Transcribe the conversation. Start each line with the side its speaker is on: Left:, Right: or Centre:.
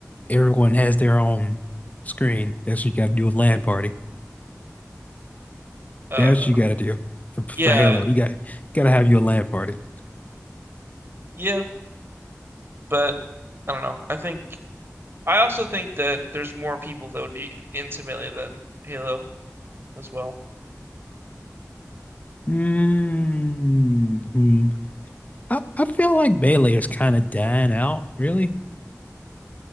Left: everyone has their own screen. That's what you got to do with LAN party.
Right: Uh
Left: That's what you got to do for for
Right: yeah,
Left: Halo. You got got to have your LAN party.
Right: yeah, but I don't know. I think I also think that there's more people that would be into Melee than Halo as well.
Left: hmm I, I feel like Melee is kind of dying out, really.